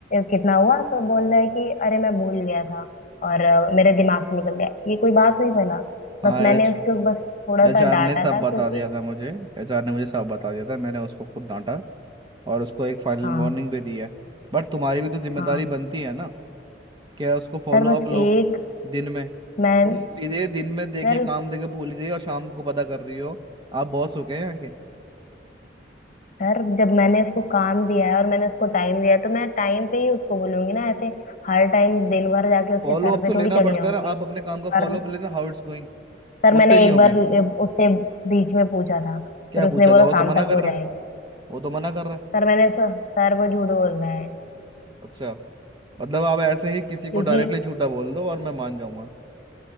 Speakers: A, on the left (about 45°); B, on the right (about 25°).
A: कितना हुआ तो बोल रहा है कि अरे मैं भूल गया था और अ, मेरे दिमाग से निकल गया ये कोई बात हुई भला
B: हाँ
A: बस मैंने
B: एच
A: उसको बस थोड़ा
B: एच
A: सा
B: आर
A: डांटा
B: ने सब
A: था
B: बता
A: क्योंकि
B: दिया था मुझे एच आर ने मुझे सब बता दिया था मैंने उसको खुद डांटा और उसको एक फाइनल
A: हाँ
B: वार्निंग भी दी है बट तुम्हारी भी तो जिम्मेदारी
A: हाँ
B: बनती है ना क्या उसको फॉलो
A: सर बस
B: अप लो
A: एक
B: दिन में तुम
A: मैं
B: सीधे दिन में देखे
A: सर
B: काम देके भूल गई और शाम को पता कर रही हो आप बॉस हो गए यहाँ के
A: सर जब मैंने उसको काम दिया है और मैंने उसको टाइम दिया है तो मैं टाइम पे ही उसको बोलूंगी ना ऐसे हर टाइम दिन भर जाके उसके
B: फॉलो
A: सर
B: अप
A: पे
B: तो लेना
A: थोड़ी
B: पड़ता
A: चढ़ी रहूंगी
B: है ना आप अपने काम का
A: पर
B: फॉलो अप लेते हाउ इट्स गोइंग
A: सर
B: पूछते
A: मैंने
B: नहीं
A: एक
B: हो
A: बार
B: क्या
A: उससे बीच में पूछा था
B: क्या
A: फिर
B: पूछा
A: उसने बोला
B: था वो तो
A: शाम
B: मना
A: तक
B: कर
A: हो
B: रहा
A: जाएगा
B: है वो तो मना कर रहा है
A: सर मैंने स- सर वो झूठ बोल रहा है
B: अच्छा मतलब आप ऐसे ही किसी को
A: क्योंकि
B: डायरेक्टली झूठा बोल दो और मैं मान जाऊंगा